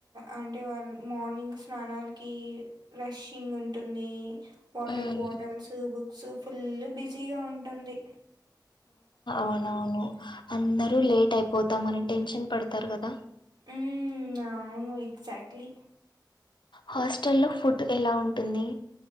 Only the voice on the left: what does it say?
ఉమ్,
ఔనవును అందరూ లేట్ అయిపోతాం అనె టెన్షన్ పడ్తర్ కద
హాస్టలో ఫుడ్ ఎల ఉంటుంది.